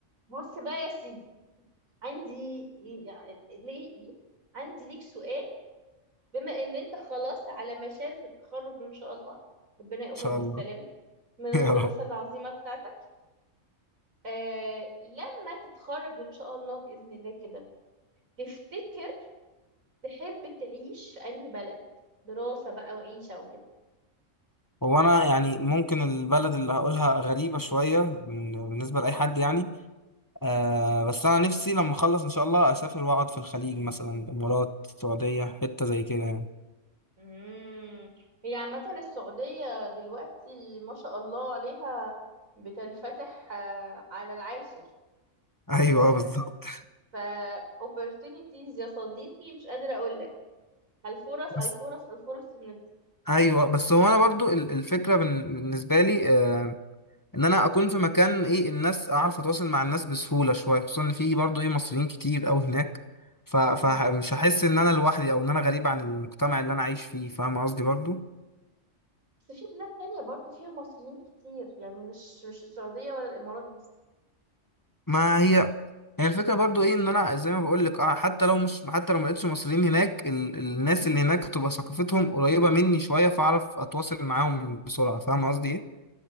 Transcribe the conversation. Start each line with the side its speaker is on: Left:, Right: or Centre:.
Right: بص بقى يا سيدي عندي يعني ليه ليه عندي ليك سؤال بما ان انت خلاص على مشارف التخرج ان شاء الله ربنا يقومك
Left: شاء
Right: بالسلامة
Left: الله <laughs>
Right: من
Left: يا
Right: الدراسة
Left: رب
Right: العظيمة بتاعتك آه لما تتخرج ان شاء الله بإذن الله كده تفتكر تحب تعيش في انهي بلد دراسة بقى وعيشة وكده
Left: هو انا يعني ممكن البلد اللي هقولها غريبة شوية بن- بالنسبة لأي حد يعني آه بس أنا نفسي لما أخلص إن شاء الله أسافر وأقعد في الخليج مثلا الإمارات السعودية حتة زي كده يعني
Right: امم هي عامة السعودية دلوقتي ما شاء الله عليها بتنفتح آه على العاشر
Left: ايوه
Right: آه،
Left: بالظبط
Right: ف opportunities يا صديقي مش قادرة أقول لك الفرص الفرص
Left: بس
Right: الفرص دي
Left: ايوه بس هو انا برضو ال- الفكره بن- بالنسبه لي آه ان انا اكون في مكان ايه الناس اعرف اتواصل مع الناس بسهوله شويه خصوصا ان في برضو ايه مصريين كتير قوي هناك ف- فمش
Right: امم
Left: هحس ان انا لوحدي او ان انا غريب عن المجتمع اللي انا عايش فيه فاهم قصدي برضو
Right: بس في بلاد تانية برضو فيها مصريين كتير يعني مش مش السعودية ولا الإمارات بس
Left: ما هي هي الفكرة برضو ايه ان انا زي ما بقول لك اه حتى لو مش حتى لو ما لقيتش مصريين هناك ال... الناس
Right: مم.
Left: اللي هناك تبقى ثقافتهم قريبة مني شوية فاعرف اتواصل معاهم بسرعة فاهم قصدي ايه